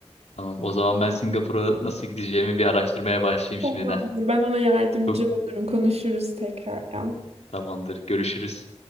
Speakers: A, on the left; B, on the right.
A: Tamam o zaman ben Singapur'a nasıl gideceğimi bir araştırmaya başlayayım
B: Tamamdır.
A: şimdiden.
B: Ben ona yardımcı
A: Çok
B: olurum. Konuşuruz tekrardan.
A: tamamdır görüşürüz.